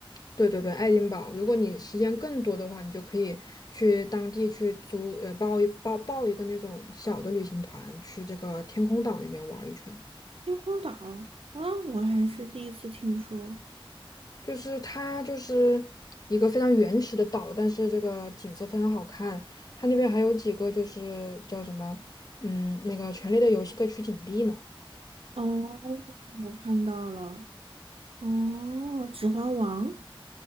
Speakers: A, on the left (about 45°); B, on the right (about 80°).
A: 对对对，爱丁堡，如果你时间更多的话，你就可以去当地去租，呃，报一报报一个那种小的旅行团，去这个天空岛那边玩儿一圈。
B: 天空岛，嗯，我还是第一次听说。
A: 就是它就是一个非常原始的岛，但是这个景色非常好看。它那边还有几个就是叫什么，嗯，那个《权力的游戏》的取景地呢。
B: 哦，我看到了。哦，《指环王》。